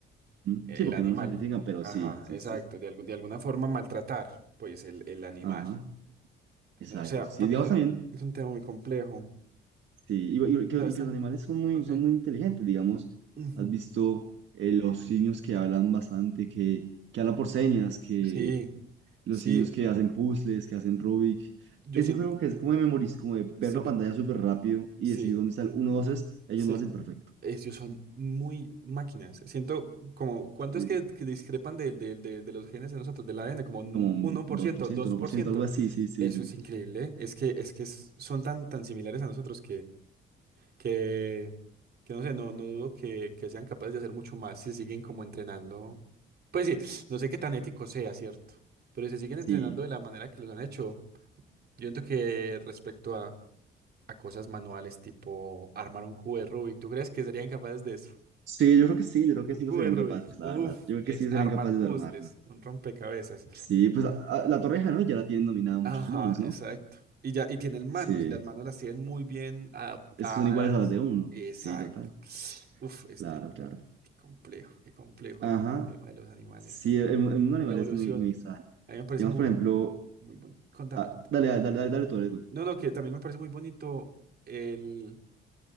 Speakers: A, on the right; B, on the right.
A: Mm,
B: E-
A: Sí,
B: El
A: porque
B: animal.
A: no lo sacrifican, pero
B: Ajá,
A: sí, sí,
B: exacto.
A: sí.
B: De, algu- de alguna forma maltratar, pues, el, el animal.
A: Ajá. Exacto.
B: No, o sea,
A: Sí,
B: para
A: digamos
B: mí es un,
A: también.
B: es un tema muy complejo.
A: Sí,
B: Eh,
A: y, y- que,
B: ¿Sabes?
A: y que
B: tan-
A: los animales son muy,
B: Ok.
A: son muy inteligentes, digamos.
B: Ujú.
A: Has visto eh, los simios que hablan bastante, que, que hablan por señas, que
B: Sí,
A: los
B: sí,
A: simios que hacen puzzles, que hacen Rubik.
B: yo
A: Ese
B: siento,
A: juego que es como de memoriz, como de ver
B: sí,
A: la pantalla súper rápido y
B: sí,
A: decir dónde está el 1, 2, 3, ellos
B: sí.
A: lo hacen perfecto.
B: Ellos son muy máquinas. Siento como, ¿cuánto
A: Sí,
B: es que, que discrepan del, del- de, de los genes de nosotros, del ADN? Como un
A: como un
B: uno por
A: dos
B: ciento,
A: por ciento
B: dos
A: uno
B: por
A: por ciento,
B: ciento,
A: algo así, sí, sí,
B: Eso
A: sí.
B: es increíble. Es que, es que s- son tan, tan similares a nosotros que, que no sé, no, no dudo que, que sean capaces de hacer mucho más si siguen como entrenando. Pues sí, no sé qué tan ético sea, ¿cierto? Pero si siguen
A: Sí,
B: entrenando de la manera que los han hecho, yo siento que respecto a, a cosas manuales tipo armar un cubo de Rubik, ¿tú crees que serían capaces de eso?
A: sí, yo creo que sí, yo creo que
B: Un
A: sí
B: cubo
A: lo serían
B: de Rubik,
A: capaces, la
B: uff,
A: verdad. Yo creo
B: es
A: que sí serían
B: armar
A: capaces
B: puzzles,
A: de armarlo.
B: un rompecabezas.
A: Sí, pues a- a- la torreja, ¿no? Ya la tienen dominada muchos
B: Ajá,
A: monos, ¿no?
B: exacto. Y ya, y tienen manos,
A: Sí.
B: y las manos las tienen muy bien adaptadas.
A: Es que son iguales a las de uno.
B: Exacto.
A: Sí, total.
B: Uf, este
A: Claro, claro.
B: Qué complejo, qué complejo
A: Ajá.
B: el, el tema de los animales
A: Sí, el, el mundo animal
B: y la evolución.
A: es muy, muy extraño.
B: A mí me parece
A: Digamos,
B: muy,
A: por ejemplo,
B: muy bonito. Contame,
A: ah,
B: contame.
A: dale, dale, dale, dale, tú, dale tú.
B: No, no, que también me parece muy bonito el